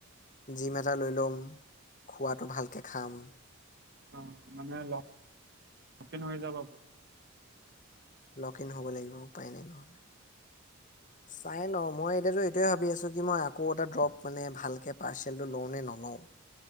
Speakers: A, on the left; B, on the right.
A: জিম এটা লৈ ল'ম খোৱাটো ভালকে খাম
B: অ মানে হৈ যাব
A: লগ ইন হ'ব লাগিব উপায় নাই নহলে চাই ন মই এতিয়াতো এইটোৱে ভাবি আছোঁ কি মই আকৌ এটা ড্ৰপ মানে ভালকে পাৰ্চেলটো লওঁ নে নলওঁ